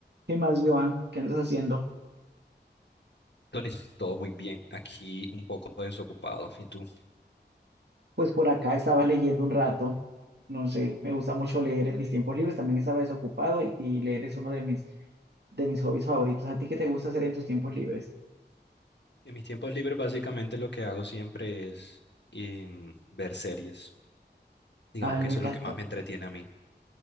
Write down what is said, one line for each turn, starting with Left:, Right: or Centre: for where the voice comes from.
Right: ¿Qué más, Joan? ¿Qué andas haciendo?
Left: Tony, todo muy bien. Aquí un poco desocupado. ¿Y tú?
Right: Pues por acá estaba leyendo un rato, no sé, me gusta mucho leer en mis tiempos libres, también estaba desocupado y, y leer es uno de mis, de mis hobbies favoritos. ¿A ti qué te gusta hacer en tus tiempos libres?
Left: En mis tiempos libres básicamente lo que hago siempre es em, ver series. Digamos
Right: Ay,
Left: que
Right: me
Left: eso
Right: encanta,
Left: es lo que más me entretiene a mí,